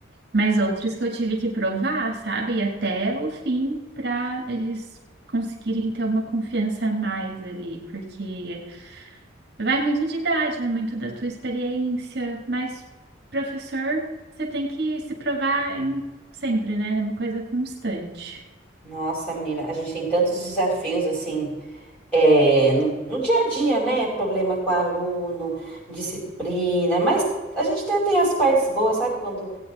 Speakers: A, on the right (about 55°); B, in the centre.
A: mas outros que eu tive que provar, sabe? E até o fim para eles conseguirem ter uma confiança a mais ali, porque vai muito de idade, vai muito da tua experiência, mas professor, você tem que se provar em- sempre, né? É uma coisa constante.
B: Nossa, menina, a gente tem tantos desafios assim, é, no, no dia a dia, né? Problema com aluno, disciplina, mas a gente até tem as partes boas, sabe? Quando